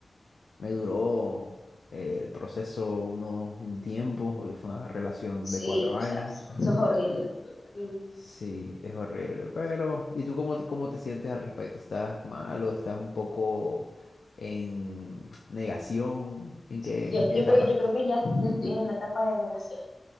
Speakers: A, on the left; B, on the left.
A: me duró eh, el proceso unos, un tiempo, porque fue una relación
B: Sí,
A: de cuatro
B: o
A: años.
B: sea, eso es horrible, horrible.
A: Sí, es horrible, pero ¿y tú cómo te, cómo te sientes al respecto? ¿Estás mal o estás un poco en negación? ¿En qué,
B: Yo,
A: en qué
B: yo,
A: etapa
B: creo, yo
A: estás?
B: creo que ya estoy en la etapa de negación.